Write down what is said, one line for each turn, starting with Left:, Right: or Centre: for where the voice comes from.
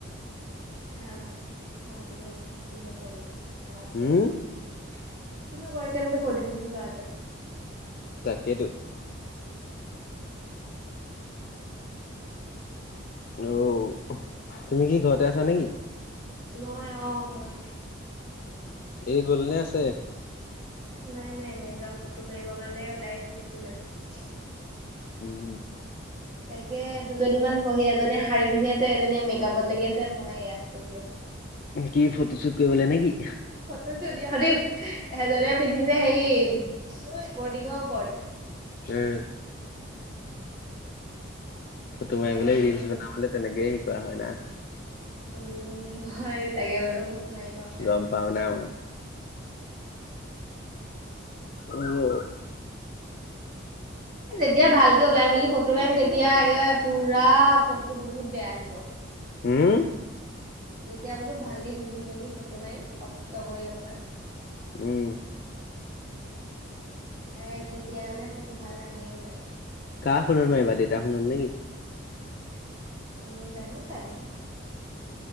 Right: হা মই বোলো কি কৰিছা ল'ৰাটো
Left: উম
Right: কিনো কৰিছে ব বোলো সোধোচোন ল'ৰাটো
Left: তাকেইেতো অ' তুমি কি ঘৰতে আছা নেকি?
Right: মই আহ ঘৰতে
Left: এই গলনে আছে?
Right: নাই নাই নাই যোৱা ফটো মাৰিবৰ কাৰণে ওলাই আছে ফটো মাৰিম।
Left: উম, উম।
Right: তাকে দুজনীমান বহি এজনীয়ে শাড়ী পিন্ধি আছে, এজনীয়ে মেকআপত লাগি আছে, মই এয়া বহি আছো।
Left: কি ফটো চুট কৰিবলে নেকি?
Right: ফটোছোট সিহঁতে এজনে পিন্ধিছে সেই স্পৰ্টিঙৰ ওপৰত
Left: উম। ফটো
Right: তাকে
Left: মাৰিবলৈ ৰিলচ
Right: ময়ো
Left: বনাবলৈ তেনেকেই শিকোৱা হয় না
Right: উম ভোৱাৰ তাকে বোলো মই মাৰিম আৰু শাড়ী
Left: গম
Right: এখন
Left: পাও না মই। আৰু
Right: যেতিয়া ভালকে ওলাই মেলি ফটো মাৰিম তেতিয়া একে পুৰা ফটোটো বহুত বেয়া আহিব।
Left: উম।
Right: যেতিয়া বোলো ভালকে পিন্ধি মেলি ফটো মাৰিম কষ্ট কৰি অকমান
Left: উম।
Right: সে তেতিয়া মানে ফটো ভাল নাহে ইমান।
Left: কা ফোনত মাৰিবা দেইতা ফোনত নেকি?
Right: উম, জানো চাই লওঁ